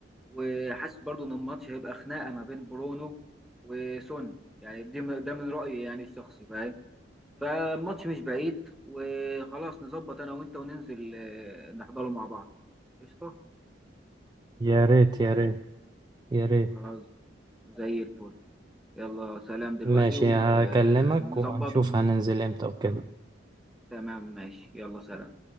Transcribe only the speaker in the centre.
وحاسس برضو ان الماتش هيبقى خناقه ما بين برونو وسون يعني دي ده من رايي يعني الشخصي فاهم فالماتش مش بعيد وخلاص نظبط انا وانت وننزل آه، نحضره مع بعض قشطة
خلاص زي الفل يلا سلام دلوقتي
ونظبطه
تمام ماشي يلا سلام